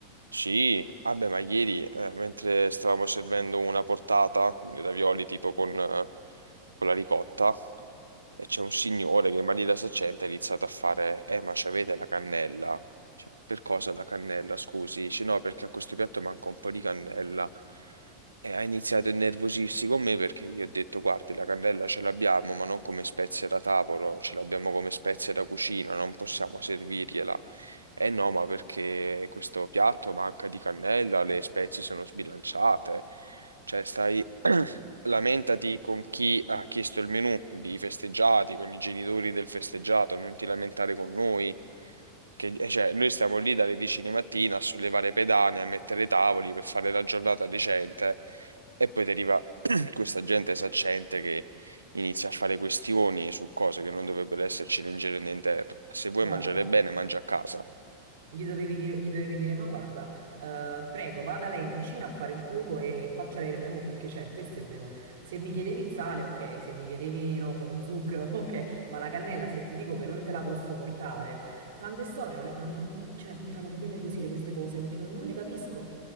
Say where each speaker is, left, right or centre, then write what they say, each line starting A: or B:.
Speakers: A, on the right (about 80°); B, on the right (about 60°).
A: Sì, vabbè, ma ieri, eh, mentre stavamo servendo una portata di ravioli tipo con, eh, con la ricotta, e c'è un signore che in maniera saccente ha iniziato a fare: Eh, ma c'avete la cannella? Cioè, per cosa la cannella? Scusi, dice no, perché a questo piatto manca un po' di cannella. E ha iniziato a innervosirsi con me perché io ho detto: Guardi, la cannella ce l'abbiamo, ma non come spezia da tavolo, ce l'abbiamo come spezia da cucina, non possiamo servirgliela. Eh no, ma perché questo piatto manca di cannella, le spezie sono sbilanciate. Cioè, stai, lamentati con chi ha chiesto il menù, di festeggiati, con i genitori del festeggiato, non ti lamentare con noi. Che, eh, cioè, noi stiamo lì dalle 10 di mattina a sollevare pedane, a mettere tavoli per fare la giornata decente, e poi ti arriva <clears throat> questa gente saccente che inizia a fare questioni su cose che non dovrebbero esserci né in giro né in terra. Se vuoi
B: Guarda,
A: mangiare bene, mangia a casa.
B: gli dovevi dire, gli dovevi dire, ma guarda, eh, prego, vada lei in cucina a fare il cuoco e faccia lei il menù, perché c'è, questo è il menù. Se mi chiedevi il sale, ok, se mi chiedevi, non lo so, lo zucchero, <laughs> ok, ma la cannella, se ti dico che non te la posso portare, tante storie, non le- ma non- i- cioè, mi fanno proprio innervosire queste cose, perché non, non le capisco.